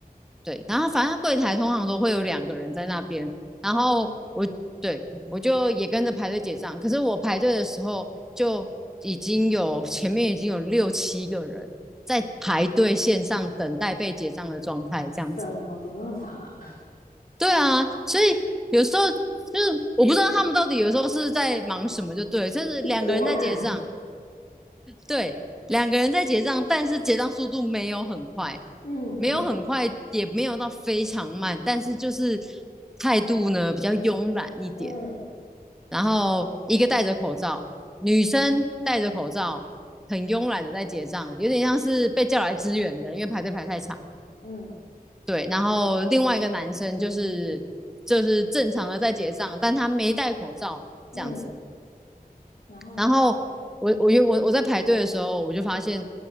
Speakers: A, in the centre; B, on the left.
A: 对，然后反正它柜台通常都会有两个人在那边，然后我对我就也跟着排队结账。
B: 嗯，
A: 可是我排队的时候就已经有前面已经有六七个人在排队线上等待被结账的状态，这样子。
B: 什么？怎么那么长啊？
A: 对啊，所以有时候就是我不知道他们到底有时候是在忙什么，就对，就是两个人在结账，
B: <laughs> 多难。
A: 对，两个人在结账，但是结账速度没有很快，
B: 嗯嗯
A: 没有很快，也没有到非常慢，但是就是态度呢比较慵懒一点。
B: 嗯
A: 然后一个戴着口罩，女生戴着口罩，很慵懒的在结账，有点像是被叫来支援的，因为排队排太长。
B: 嗯
A: 对，然后另外一个男生就是就是正常的在结账，但他没戴口罩这样子。
B: 嗯，然后呢？
A: 然后我我又我我在排队的时候，我就发现，